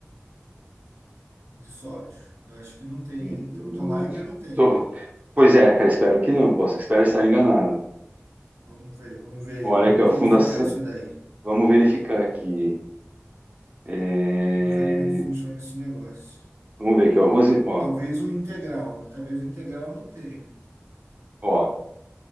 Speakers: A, on the right (about 75°); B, on the right (about 35°).
A: De sódio. Eu acho que não tem,
B: hum,
A: hein? Então,
B: do-
A: tomara que não tenha.
B: tô- pois é, cara, espero que não, posso, espero estar enganado.
A: Vamos ver, vamos ver,
B: Olha
A: vamos
B: aqui,
A: verificar
B: ó, fundação,
A: isso daí.
B: vamos verificar aqui. É,
A: Vamos ver como é que funciona esse negócio.
B: Vamos ver aqui, o arroz, ó,
A: Talvez o integral, talvez o integral não tenha.
B: ó,